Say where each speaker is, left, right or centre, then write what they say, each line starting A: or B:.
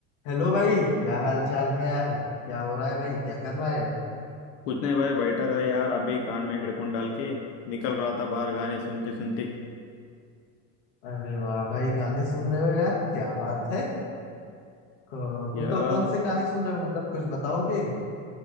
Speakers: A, on the left; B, on the left.
A: Hello भाई क्या हाल चाल है यार क्या हो रहा है भाई क्या कर रहा है
B: कुछ नहीं भाई बैठा था यार अभी कान में हेडफोन डाल के निकल रहा था बाहर गाने सुनते सुनते
A: अरे वाह भाई गाने सुन रहे हो यार क्या बात है को, को
B: यार
A: तो कौन से गाने सुन रहे हो मतलब कुछ बताओगे